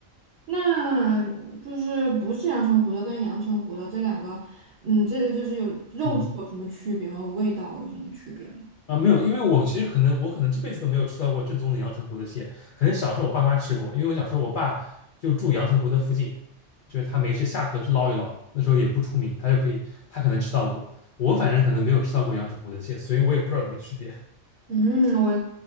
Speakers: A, on the right; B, on the left.
A: 那就是不是阳澄湖的跟阳澄湖的这两个，嗯，这就是有肉质有什么区别吗？
B: 嗯，
A: 味道有什么区别吗？
B: 啊，没有，因为我其实可能我可能这辈子都没有吃到过正宗的阳澄湖的蟹，可能小时候我爸妈吃过，因为我小时候我爸就住阳澄湖那附近，就是他没事下河去捞一捞，那时候也不出名，他就可以，他可能吃到过，我反正可能没有吃到过阳澄湖的蟹，所以我也不知道有什么区别。
A: 嗯，我